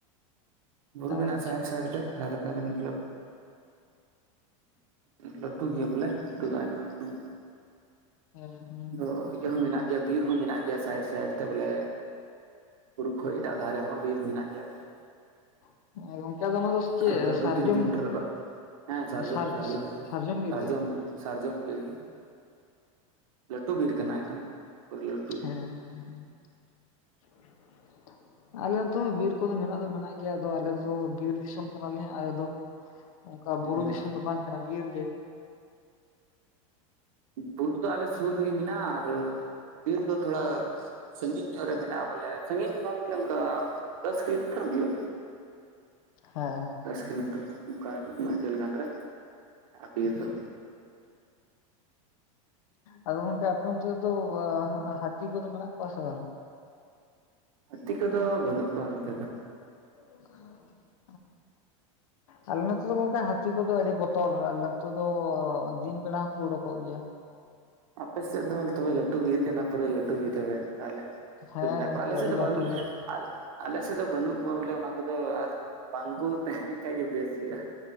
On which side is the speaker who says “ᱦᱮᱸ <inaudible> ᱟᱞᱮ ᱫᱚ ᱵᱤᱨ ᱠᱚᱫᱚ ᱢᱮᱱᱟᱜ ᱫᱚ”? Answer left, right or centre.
Left